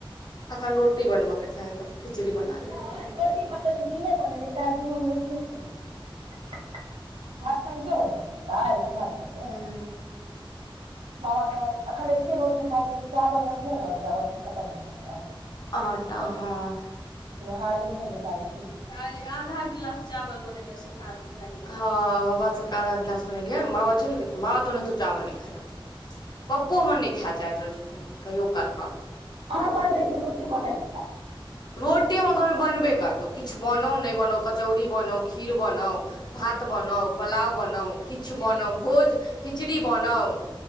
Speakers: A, on the left; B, on the right.
A: अखन रोटी बनबय के चाही तऽ खिचड़ी बना लेलकै
B: नहि रोटी बनै धीमो बनेै काल धीमोमे रोटी हात कन क बलै काल् उएह दुआरे
A: हूं
B: बाबा कहल एखन एते रोटी खाइ छै त चावल रखले रहै छै आथ खतम भ जाइ
A: आटा
B: छै
A: हँ
B: लोहारी छै बिचारी
A: काली आधा गिलास चावल बनेले से भात ह ह बाबा सबके आधा गिलास बनेलियै बाबा चलि गेल बाबा तो ओनाहितो चावल नहि खाय रहथि पप्पो मनी खा जाइत रहै छथिन कहियो काल
B: अहाँ कहलियै लेकिन रोटी बनैयै
A: रोटी हमर घर मे बनबे करत तऽ किछु बनउ नहि बनोउ कचौड़ी बनाउ खीर बनाउ भात बनाउ पुलाव बनाउ किछु किछु बनाउ भोज खिचड़ी बनाउ